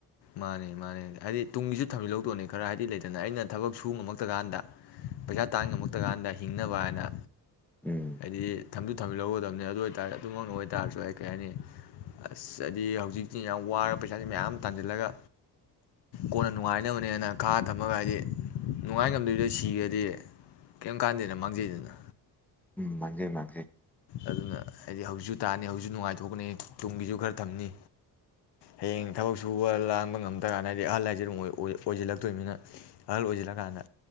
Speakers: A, on the left (about 80°); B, in the centre.
A: ꯃꯥꯅꯦ ꯃꯥꯅꯦ ꯍꯥꯏꯗꯤ ꯇꯨꯡꯒꯤꯁꯨ ꯊꯝꯖꯤꯜꯍꯧꯗꯣꯅꯦ ꯈꯔ ꯍꯥꯏꯗꯤ ꯂꯩꯗꯅ ꯑꯩꯅ ꯊꯕꯛ ꯁꯨꯕ ꯉꯝꯃꯛꯇꯀꯥꯟꯗ ꯄꯩꯁꯥ ꯇꯥꯟ ꯉꯝꯃꯛꯇꯀꯥꯟꯗ ꯍꯤꯡꯅꯕ ꯑꯅ
B: ꯎꯝ
A: ꯍꯥꯏꯗꯤ ꯊꯝꯁꯨ ꯊꯝꯖꯟꯍꯧꯒꯗꯕꯅꯤ ꯑꯗꯨ ꯑꯣꯏꯇꯥꯔꯦ ꯑꯗꯨꯃꯛꯅ ꯑꯣꯏꯇꯥꯔꯦ ꯁ꯭ꯋꯥꯢ ꯀꯩ ꯍꯥꯏꯅꯤ ꯑꯁ ꯍꯥꯏꯗꯤ ꯍꯧꯖꯤꯛꯇꯤ ꯌꯥꯝ ꯋꯥꯔꯕ ꯄꯩꯁꯥꯥꯁꯦ ꯃꯌꯥꯝ ꯇꯥꯟꯖꯤꯜꯂꯒ ꯀꯣꯟꯅ ꯅꯨꯡꯉꯥꯏꯅꯕꯅꯦꯅ ꯈꯥꯛꯑ ꯊꯝꯃꯒ ꯍꯥꯏꯗꯤ ꯅꯨꯡꯉꯥꯏ ꯉꯝꯗꯕꯤꯗ ꯁꯤꯈ꯭ꯔꯗꯤ ꯀꯩꯝ ꯀꯥꯟꯗꯦꯅ ꯃꯥꯡꯖꯩꯗꯅ
B: ꯎꯝ ꯃꯥꯡꯖꯩ ꯃꯥꯡꯖꯩ
A: ꯑꯗꯨꯅ ꯍꯥꯏꯗꯤ ꯍꯧꯖꯤꯛꯁꯨ ꯇꯥꯟꯅꯤ ꯍꯧꯖꯤꯛ ꯅꯨꯡꯉꯥꯏꯊꯣꯛꯀꯅꯤ ꯇꯨꯡꯒꯤꯁꯨ ꯈꯔ ꯊꯝꯅꯤ ꯍꯌꯦꯡ ꯊꯕꯛ ꯁꯨꯕ ꯂꯥꯟꯕ ꯉꯝꯗ꯭ꯔ ꯀꯥꯟꯗ ꯍꯥꯏꯗꯤ ꯑꯍꯜ ꯑꯁꯦ ꯑꯗꯨꯝ ꯑꯣꯏ ꯑꯣꯏꯖꯜꯂꯛꯇꯣꯏꯃꯤꯅ ꯑꯍꯜ ꯑꯣꯏꯖꯜꯂꯀꯥꯟꯗ